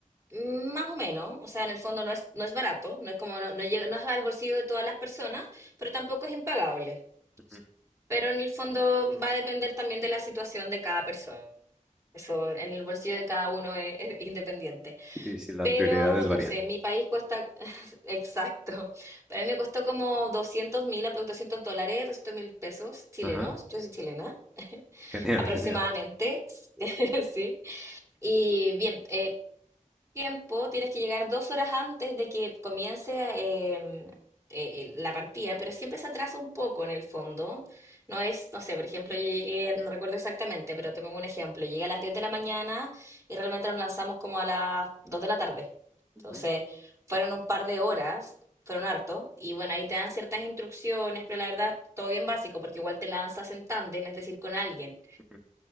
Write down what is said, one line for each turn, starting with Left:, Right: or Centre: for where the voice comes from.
Right: más o menos, o sea, en el fondo no es, no es barato, no es como, no, no llega- no es al bolsillo de todas las personas, pero tampoco es impagable.
Centre: Ujú.
Right: Pero en el fondo va a depender también de la situación de cada persona. Eso en el bolsillo de cada uno es, es independiente.
Centre: Sí, sí, las
Right: Pero,
Centre: prioridades varían.
Right: no sé, en mi país cuesta, <laughs> exacto, para mí me costó como doscientos mil, 200 dólares, doscientos mil pesos chilenos,
Centre: Ajá,
Right: yo soy chilena,
Centre: <laughs> genial,
Right: aproximadamente,
Centre: genial.
Right: <laughs> sí. Y bien, eh, tiempo, tienes que llegar dos horas antes de que comience em, eh, eh, la partida, pero siempre se atrasa un poco en el fondo. No es, no sé, por ejemplo, yo llegué, no recuerdo exactamente, pero te pongo un ejemplo, llegué a las 10 de la mañana y realmente nos lanzamos como a las 2 de la tarde.
Centre: Ujú,
Right: Entonces, fueron un par de horas, fueron harto, y bueno, ahí te dan ciertas instrucciones, pero la verdad, todo bien básico, porque igual te lanzas en tándem, es decir, con alguien.
Centre: ujú.